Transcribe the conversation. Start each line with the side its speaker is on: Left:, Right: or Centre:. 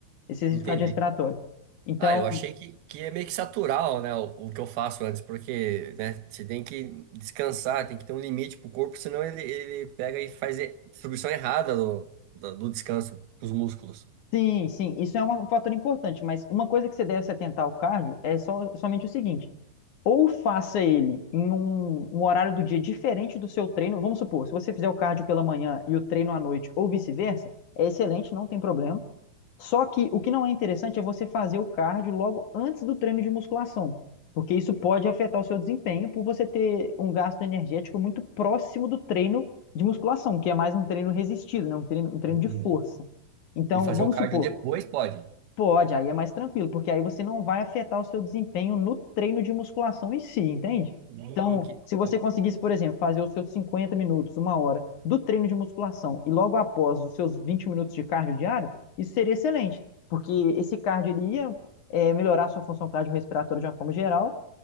Left: esse risco
Right: Entendi.
Left: cardiorrespiratório. Então,
Right: Ah, eu achei que, que é meio que saturar, né, o, o que eu faço antes, porque, né, você tem que descansar, tem que ter um limite pro corpo, senão ele, ele pega e faz a distribuição errada do, do, do descanso pros músculos.
Left: sim, sim, isso é uma- um fator importante, mas uma coisa que você deve se atentar ao cardio é só, somente o seguinte: ou faça ele em um, um horário do dia diferente do seu treino. Vamos supor, se você fizer o cardio pela manhã e o treino à noite, ou vice-versa, é excelente, não tem problema. Só que o que não é interessante é você fazer o cardio logo antes do treino de musculação, porque isso pode afetar o seu desempenho por você ter um gasto energético muito próximo do treino de musculação, que é mais um treino resistido, né? Um treino, um treino
Right: Entendi.
Left: de força. Então,
Right: E fazer
Left: vamos
Right: o cardio
Left: supor,
Right: depois pode?
Left: Pode, aí é mais tranquilo, porque aí você não vai afetar o seu desempenho no treino de musculação em si, entende?
Right: Ih,
Left: Então,
Right: que
Left: se você
Right: top.
Left: conseguisse, por exemplo, fazer os seus 50 minutos, uma hora do treino de musculação e logo após os seus 20 minutos de cardio diário, isso seria excelente, porque esse cardio ele ia eh, melhorar a sua função cardiorrespiratória de uma forma geral,